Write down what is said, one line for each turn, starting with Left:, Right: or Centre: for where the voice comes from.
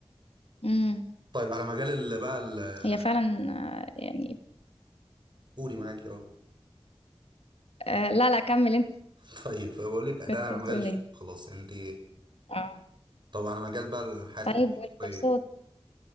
Left: امم
Right: طيب على مجال اللي بقى ال-
Left: هي فعلا آه، يعني
Right: قولي معاكي اهو
Left: آه، لا لا كمل انت
Right: <laughs> طيب بقول لك ده
Left: كنت
Right: على
Left: بتقول
Right: مجال الشغل
Left: ايه
Right: خلاص انت
Left: اه
Right: طب على مجال بقى حياتك
Left: طيب
Right: الشخصيه
Left: والكورسات